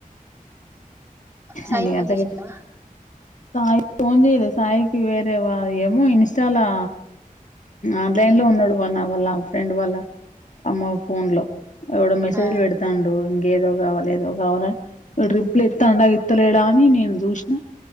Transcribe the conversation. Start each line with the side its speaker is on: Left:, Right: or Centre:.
Right: సాయి
Left: ఎన్ని
Right: ఫోన్
Left: గంట్టలకి
Right: చేసిండా
Left: సాయి ఫోన్ చెయ్యలే సాయికి వేరే వా ఏమో ఇన్స్టలా ఆన్లైన్ లో ఉన్నాడు అన్న వాళ్ళ ఫ్రెండ్ వాళ్ళ అమ్మ ఫోన్ లో ఎవడో మెస్సేజ్లు
Right: ఆ
Left: పెడతాండు ఇంకా ఏదో కావాల ఏదో కావాల రిప్లై ఇత్తాడు అయి వత్తలేడా అని నేను చూసినా